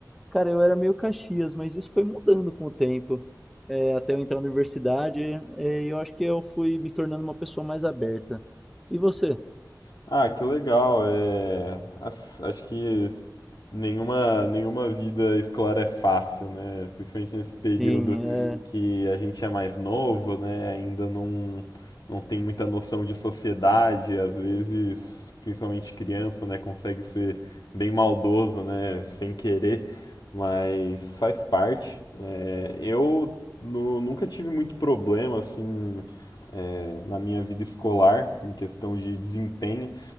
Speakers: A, in the centre; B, on the left.
A: Cara, eu era meio Caxias, mas isso foi mudando com o tempo. É, até eu entrar na universidade, é, eu acho que eu fui me tornando uma pessoa mais aberta. E você?
B: Ah, que legal. É, as- acho que nenhuma, nenhuma vida escolar é fácil, né? Principalmente nesse período
A: Sim, é.
B: que a gente é mais novo, né? Ainda não, não tem muita noção de sociedade, às vezes, principalmente criança, né? Consegue ser bem maldoso, né? Sem querer, mas faz parte. É, eu nu- nunca tive muito problema, assim, é, na minha vida escolar, em questão de desempenho.